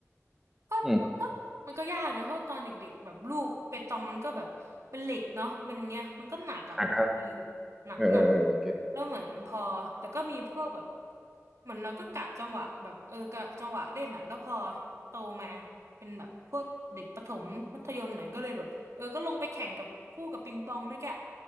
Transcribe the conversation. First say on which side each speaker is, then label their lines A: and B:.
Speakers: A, on the right (about 65°); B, in the centre.
A: ก็มันก็มันก็ยากนะเพราะตอนเด็กๆแบบลูกเปตองมันก็แบบเป็นเหล็กเนาะเป็นอย่างเงี้ยมันก็หนักอ่ะอืม
B: อืมอ่ะครับ
A: หนักหนัก
B: เออเออเออเก็ตเก็ต
A: แล้วเหมือนพอแต่ก็มีพวกแบบเหมือนเราก็กะจังหวะแบบเออกะจังหวะเล่นอ่ะแล้วพอโตมาเป็นแบบพวกเด็กประถมมัธยมหน่อยก็เลยแบบเออก็ลงไปแข่งกับคู่กับปิงปองไม่แกะ